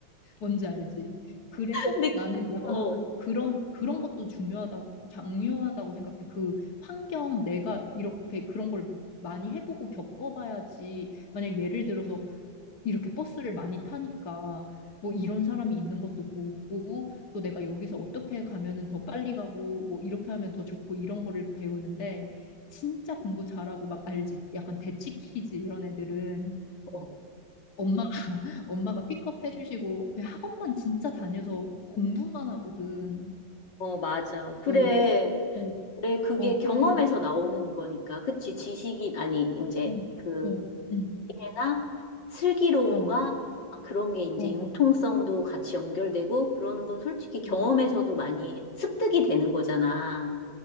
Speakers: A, on the left; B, on the left.
A: 뭔지 알지? 그래서
B: 근데,
A: 나는 약간
B: 어,
A: 그, 그런, 그런 것도 중요하다고, 중요하다고 생각해. 그 환경, 내가 이렇게 그런 걸 많이 해보고 겪어봐야지. 만약 예를 들어서 이렇게 버스를 많이 타니까 뭐 이런 사람이 있는 것도 보고 또 내가 여기서 어떻게 가면은 더 빨리 가고 뭐 이렇게 하면 더 좋고 이런 거를 배우는데 진짜 공부 잘하고 막 알지? 약간 대치 키즈 이런 애들은
B: 어,
A: 엄마가 엄마가 픽업해 주시고 그냥 학원만 진짜 다녀서 공부만 하거든.
B: 어, 맞아. 그래.
A: 어, 어,
B: 그래, 그게
A: 어,
B: 경험에서
A: 그래.
B: 나오는 거니까. 그치, 지식이, 아니, 이제,
A: 어,
B: 그,
A: 어, 응,
B: 나 슬기로움과
A: 어,
B: 막 그런 게 이제
A: 어,
B: 융통성도 같이 연결되고 그러는 건 솔직히 경험에서도
A: 어,
B: 많이 습득이 되는 거잖아.